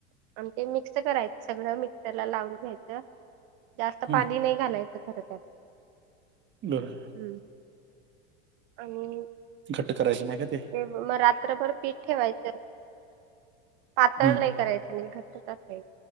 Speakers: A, on the right; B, on the right.
A: अणि ते मिक्स करायचं सगळं मिक्सरला लाऊन घ्यायचं जास्त
B: हं
A: पाणी नाही घालायचं. इथ करत्यात
B: बरं
A: हम आणि
B: घट्ट करायच नाही का ते?
A: ते मग रात्रभर पीठ ठेवायचं पातळ
B: हं
A: लई करायचं नाही खरं. कसा असतय